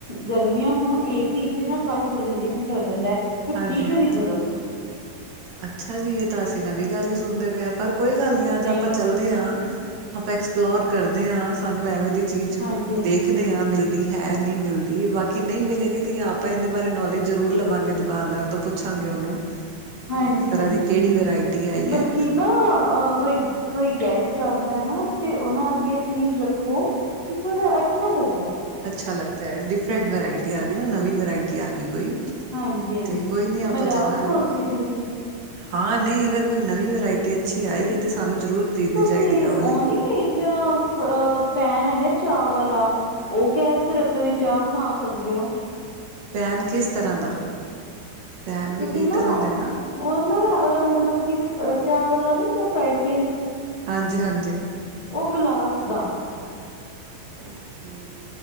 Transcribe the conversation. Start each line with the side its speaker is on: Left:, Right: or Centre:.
Left: ਗਰਮੀਆਂ ਹੋਣ ਏ ਸੀ ਵਿਚ ਨਾ, ਕਚ ਬੜੀ ਜਲਦੀ ਠੰਡਾ ਹੋ ਜਾਂਦਾ ਹੈ। ਪਰ
Right: ਹਾਂਜੀ
Left: ਚੀਜ਼
Right: ਹਾਂਜੀ,
Left: ਉਹਦੀ ਗਰਮ ਸੀ
Right: ਅੱਛਾ ਜੀ, ਇਹ ਤਾਂ ਅਸੀਂ ਨਵੀਂ ਗੱਲ ਹੀ ਸੁਣਦੇ ਪਏ ਆ। ਪਰ ਕੋਈ ਗੱਲ ਨੀ, ਅੱਜ
Left: ਨਹੀਂ
Right: ਆਪਾਂ ਚੱਲਦੇ
Left: ਮੈਂ
Right: ਹਾਂ। ਆਪਾਂ ਐਕਸਪਲੋਰ ਕਰਦੇ ਹਾਂ, ਸਾਨੂੰ ਐਵੇਂ ਦੀ ਚੀਜ਼,
Left: ਹਾਂਜੀ-ਹਾਂਜੀ-ਹਾਂਜੀ,
Right: ਦੇਖਦੇ ਹਾਂ ਮਿਲ ਹੈ ਨਹੀਂ ਮਿਲਦੀ ਬਾਕੀ ਨਹੀਂ ਮਿਲੇਗੀ, ਤੇ ਆਪਾਂ ਇਹਦੇ ਬਾਰੇ ਨੌਲੇਜ ਜ਼ਰੂਰ ਲਵਾਂਗੇ। ਦੁ ਦੁਕਾਨਦਾਰ ਤੋਂ, ਪੁੱਛਾਂਗੇ ਉਹਨੂੰ
Left: ਹਾਂਜੀ
Right: ਵੀ ਇਸ ਤਰ੍ਹਾਂ
Left: ਹਾਂਜੀ,
Right: ਦੀ ਕਿਹੜੀ ਵਰਾਇਟੀ ਆਈ
Left: ਬਲਕਿ
Right: ਹੈ
Left: ਨਾ ਅਹ ਕੋਈ ਕੋਈ ਗੈਸਟ ਆਉਂਦਾ ਨਾ, ਤੇ ਉਹਨਾ ਅੱਗੇ ਚੀਜ਼ ਰੱਖੋ, ਤੇ ਥੋੜਾ ਅੱਛਾ ਲੱਗਦਾ।
Right: ਅੱਛਾ ਲਗਦਾ ਹੈ, ਡਿਫਰੈਂਟ ਵਰਾਇਟੀ ਆ ਗਈ ਨਾ, ਨਵੀਂ ਵਰਾਇਟੀ ਆ ਗਈ ਕੋਈ
Left: ਹਾਂਜੀ ਹਾਂਜੀ,
Right: ਤੇ ਕੋਈ ਨਹੀਂ ਆਪਾਂ
Left: ਮੈਂ ਤੇ
Right: ਚੱਲਾਂਗੇ
Left: ਆਪ ਸੋਚਦੀ ਪਈ ਸੀ।
Right: ਹਾਂ ਨਹੀਂ, ਅਗਰ ਕੋਈ ਨਵੀਂ ਵਰਾਇਟੀ ਅੱਛੀ ਆਈ ਹੈ, ਤੇ ਸਾਨੂੰ ਜ਼ਰੂਰ ਖਰੀਦਣੀ
Left: ਤੁਸੀਂ
Right: ਚਾਹੀਦੀ ਹੈ
Left: ਉਹ
Right: ਵਾਲੀ
Left: ਨੀ ਵੇਖਿਆ, ਪੈਨ ਹੈਗਾ ਚਾ ਵਾਲਾ ਉਹ ਗੈਸ ਤੇ ਰੱਖ ਕੇ ਵੀ, ਚਾਹ ਬਣਾ ਸਕਦੇ ਹੋ।
Right: ਪੈਨ ਕਿਸ ਤਰ੍ਹਾਂ ਦਾ, ਪੈਨ ਵੀ
Left: ਤੁਸੀਂ
Right: ਕਈ
Left: ਨਾ
Right: ਤਰ੍ਹਾਂ ਦੇ ਨਾ?
Left: ਉਹ ਨਾ ਉਹਦਾ ਮਤਲਬ, ਕਿ ਚਾ ਵਾਲਾ ਨੀ ਫਰਾਈ ਪੀਨ
Right: ਹਾਂਜੀ, ਹਾਂਜੀ।
Left: ਉਹ ਗਿਲਾਸ ਦਾ
Right: ਓਕੇ।